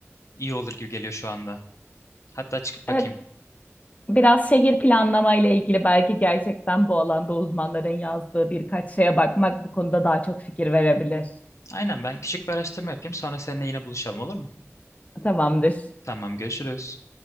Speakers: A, on the left; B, on the left.
A: iyi olur gibi geliyor şu anda. Hatta çıkıp bakayım.
B: Evet, Biraz şehir planlama ile ilgili belki gerçekten bu alanda uzmanların yazdığı birkaç şeye bakmak bu konuda daha çok fikir verebilir.
A: Aynen ben küçük bir araştırma yapayım sonra seninle yine buluşalım olur mu?
B: Tamamdır.
A: Tamam görüşürüz.